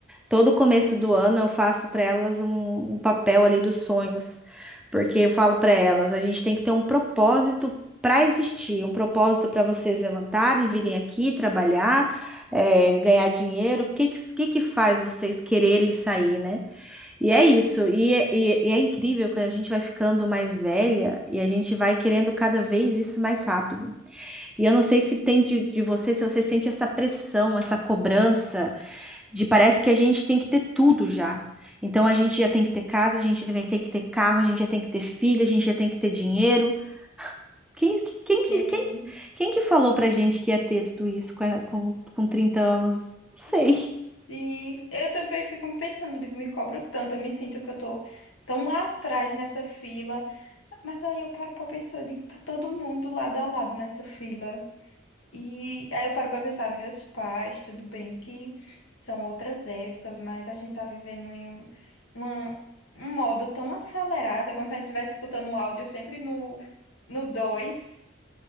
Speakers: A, in the centre; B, on the left (about 80°).
A: Todo começo do ano eu faço para elas um, um papel ali dos sonhos, porque eu falo para elas, a gente tem que ter um propósito para existir, um propósito para vocês levantarem, virem aqui trabalhar, eh, ganhar dinheiro. O que, que que que faz vocês quererem sair, né? E é isso. E, é- e é e é incrível que a gente vai ficando mais velha e a gente vai querendo cada vez isso mais rápido. E eu não sei se tem de, de você, se você sente essa pressão, essa cobrança. De parece que a gente tem que ter tudo já. Então a gente já tem que ter casa, a gente vai ter que ter carro, a gente já tem que ter filho, a gente já tem que ter dinheiro. Quem, quem, que-
B: Sim.
A: quem, quem que falou pra gente que ia ter tudo isso com, a- com, com 30 anos? Não sei.
B: se eu também fico pensando, digo, me cobro tanto, eu me sinto que eu tô tão lá atrás nessa fila, mas aí eu paro pra pensar, eu digo, tá todo mundo lado a lado nessa fila. E aí eu paro pra pensar nos meus pais, tudo bem que são outras épocas, mas a gente tá vivendo em um, uma- um modo tão acelerado, é como se a gente estivesse escutando o áudio sempre no, no 2